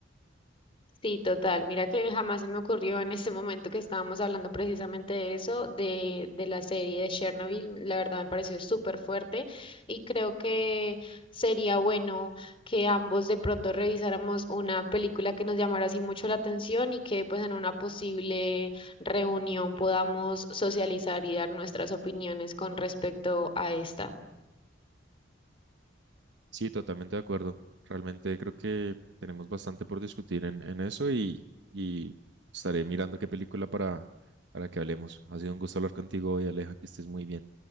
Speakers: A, on the left; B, on the right.
A: Sí, total. Mira que jamás se me ocurrió en ese momento que estábamos hablando precisamente de eso, de, de la serie de Chernobyl. La verdad me pareció súper fuerte y creo que sería bueno que ambos de pronto revisáramos una película que nos llamara así mucho la atención y que pues en una posible reunión podamos socializar y dar nuestras opiniones con respecto a esta.
B: Sí, totalmente de acuerdo. Realmente creo que tenemos bastante por discutir en, en eso y, y estaré mirando qué película para, para que hablemos. Ha sido un gusto hablar contigo hoy, Aleja, que estés muy bien.